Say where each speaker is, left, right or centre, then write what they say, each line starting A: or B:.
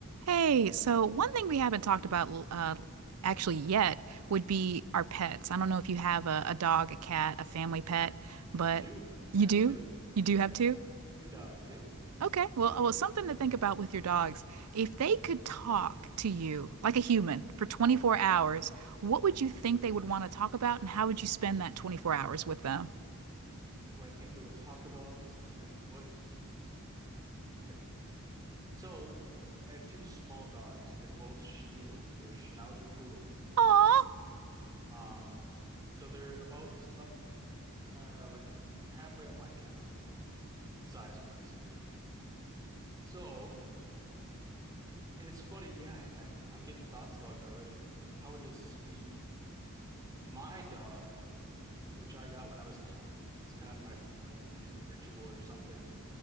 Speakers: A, on the right (about 80°); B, on the right (about 15°).
A: Hey, so one thing we haven't talked about l- uh, actually yet would be our pets. I don't know if you have a, a dog, a cat, a family pet,
B: I
A: but
B: have two.
A: you
B: Yeah, I
A: do?
B: have two.
A: You do have
B: I have
A: two?
B: two dogs. Yep.
A: Okay. Well, oh, well, something to think about with your dogs. If they could talk to you like a human for 24
B: Oh my.
A: hours, what would you think they would want to talk about, and how would you spend that 24 hours with them?
B: What do I think they would talk about and what would be okay? So I have two small dogs. They're both schnoodles. They're schnauzer poodles.
A: Aw.
B: Um, so they're about up uh like halfway up my calf, size wise. So, and it's funny, yeah, I, I'm getting thoughts about it already. How would they speak? My dog, which I got when I was 10, it's kind of my family's ritual or something.